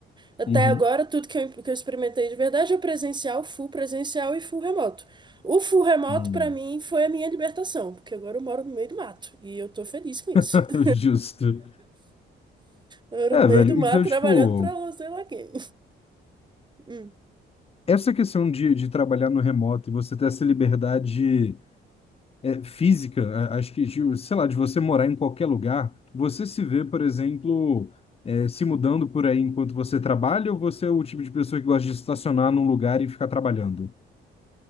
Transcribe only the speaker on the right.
Até
agora, tudo que eu, que eu experimentei de verdade é presencial, full presencial e full remoto. O full remoto,
pra mim, foi a minha libertação, porque agora eu moro no meio do mato e eu tô feliz com isso.
<laughs>
Eu Moro
no meio
do mato
trabalhando pra não sei lá quem. Hum.